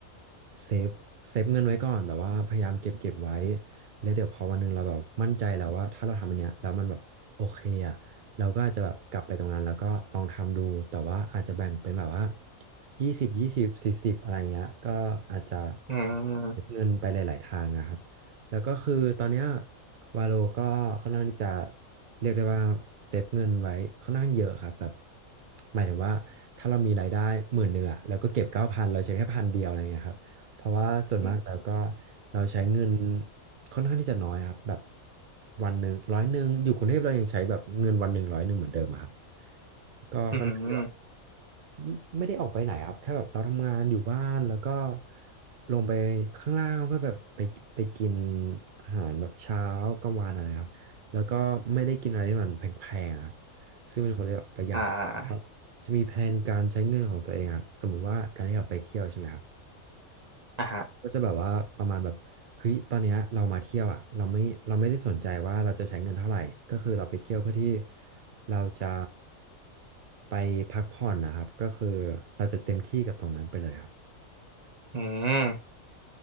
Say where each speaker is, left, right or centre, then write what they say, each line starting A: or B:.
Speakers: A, on the right; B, on the right.
A: เซฟเซฟเงินไว้ก่อนแบบว่าพยายามเก็บเก็บไว้แล้วเดี๋ยวพอวันหนึงเราแบบมั่นใจแล้วว่าถ้าเราทำอันเนี้ยแล้วมันแบบโอเคอ่ะเราก็อาจจะแบบกลับไปตรงนั้นแล้วก็ลองทำดูแต่ว่าอาจจะแบ่งเป็นแบบว่ายี่สิบยี่สิบสี่สิบอะไรเงี้ยก็อาจจะ
B: อืม
A: เก็บเงินไปหลายๆทางนะครับ แล้วก็คือตอนเนี้ยวาโลก็ค่อนข้างที่จะเรียกได้ว่าเซฟเงินไว้ค่อนข้างเยอะครับแบบหมายถึงว่าถ้าเรามีรายได้หมื่นหนึ่งอะแล้วก็เก็บเก้าพันเราใช้แค่พันเดียวอะไรเงี้ยครับเพราะว่าส่วนมากแล้วก็
B: อืม
A: เราใช้เงินค่อนข้างที่จะน้อยครับแบบวันหนึ่งร้อยหนึ่งอยู่กรุงเทพเรายังใช้แบบเงินวันหนึ่งร้อยหนึ่งเหมือนเดิมอะครับก็ค่อนข้างที่จะ
B: อืมอืมอม
A: ไม่ไม่ได้ออกไปไหนครับแค่แบบเราทำงานอยู่บ้านแล้วก็ลงไปข้างล่างเพื่อแบบไปไปกินอาหารแบบเช้ากลางวันอะไรครับแล้วก็ไม่ได้กินอะไรที่มันแพงๆครับซึ่งเป็นคนที่แบบประหยัดครับจะมีแผนการใช้เงินของตัวเองอะสมมุติว่าการที่เราไปเที่ยวใช่ไหมครับ
B: อ่าอ่ะฮะ
A: ก็จะแบบว่าประมาณแบบเฮ้ยตอนเนี้ยเรามาเที่ยวอ่ะเราไม่เราไม่ได้สนใจว่าเราจะใช้เงินเท่าไหร่ก็คือเราไปเที่ยวเพื่อที่เราจะไปพักผ่อนนะครับก็คือเราจะเต็มที่กับตรงนั้นไปเลยครับ
B: อืม